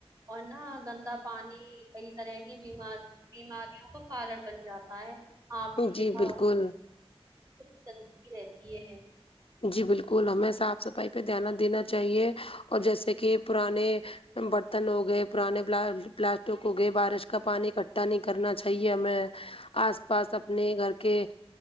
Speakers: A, on the right; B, on the left.
A: اور نا گندا پانی کئی طرح کی بیمار بیمار کا کارن بن جاتا ہے آپ نے
B: جی
A: دیکھا
B: بالکل
A: ہو اتنی گندگی رہتی ہے
B: جی بالکل ہمیں صاف صفائی پہ دھیان دینا چاہیے اور جیسے کہ پرانے برتن ہو گئے پرانے پلاسٹک ہو گئے بارش کا پانی اکٹھا نہیں کرنا چاہیے ہمیں آس پاس اپنے گھر کے